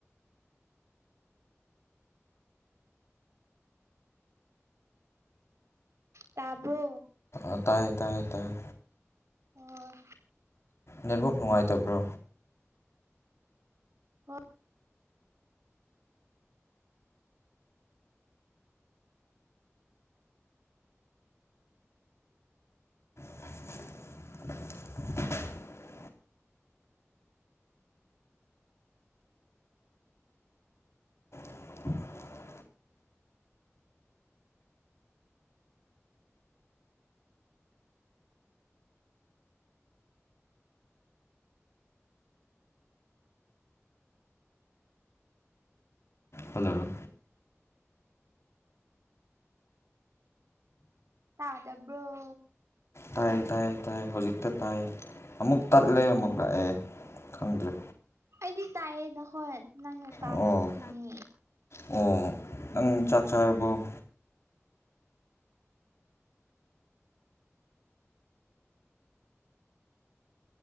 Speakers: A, on the right; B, on the left.
A: ꯇꯥꯕ꯭ꯔꯣ
B: ꯑ ꯇꯥꯏꯌꯦ ꯇꯥꯥꯏꯌꯦ ꯇꯥꯏꯌꯦ
A: ꯑꯣꯝ
B: ꯅꯦꯠꯋꯥꯛ ꯅꯨꯡꯉꯥꯏꯇꯕ꯭ꯔꯣ
A: ꯍꯣ
B: <unintelligible> <inaudible> ꯍꯜꯂꯣ
A: ꯇꯥꯗꯕ꯭ꯔꯣ?
B: ꯇꯥꯏ ꯇꯥꯏ ꯇꯥꯏ ꯍꯧꯖꯤꯛꯇ ꯇꯥꯏ ꯑꯃꯨꯛ ꯇꯠꯂꯦ ꯑꯃꯨꯛ ꯂꯥꯛꯑꯦ ꯈꯪꯗ꯭ꯔꯦ꯫
A: ꯑꯩꯗꯤ ꯇꯥꯌꯦ ꯅꯍꯣꯟ ꯅꯪꯅ ꯇꯥꯗꯕꯒꯤꯅꯤ꯫
B: ꯑꯣ ꯑꯣ ꯎꯝ ꯆꯥꯛ ꯆꯥꯔꯕꯣ?